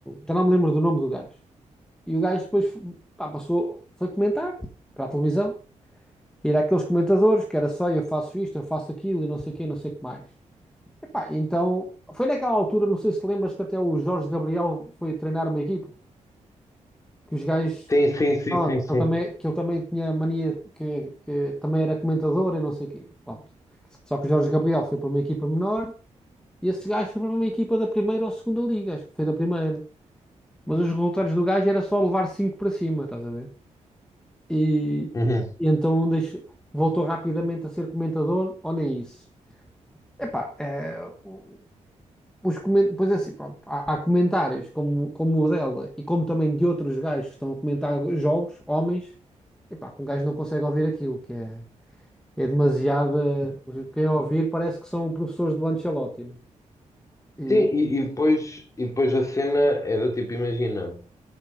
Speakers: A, in the centre; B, on the left.
A: já não me lembro do nome do gajo. E o gajo depois fo- pá, passou, foi comentar para a televisão. E era aqueles comentadores que era só eu faço isto, eu faço aquilo e não sei o quê, não sei o que mais. Epá, então, foi naquela altura, não sei se te lembras que até o Jorge Gabriel foi treinar uma equipa, que os gajos,
B: Sim, sim, sim,
A: pronto,
B: sim, sim. sim.
A: que ele também, que ele também tinha mania, que, que também era comentador e não sei o quê. Pronto. Só que o Jorge Gabriel foi para uma equipa menor E esse gajo foi para uma equipa da primeira ou segunda liga, acho que foi da primeira. Mas os resultados do gajo era só levar 5 para cima, estás a ver? E,
B: Uhum.
A: e então deixo- voltou rapidamente a ser comentador, ou nem isso. Epá, é, o- os comen- pois é assim, pronto, há, há comentários como, como o dela e como também de outros gajos que estão a comentar jogos, homens, epá, que um gajo não consegue ouvir aquilo, que é, é demasiada. Quem ouvir parece que são professores do Ancelotti, né? E,
B: Sim, e, e depois, e depois a cena é do tipo, imagina.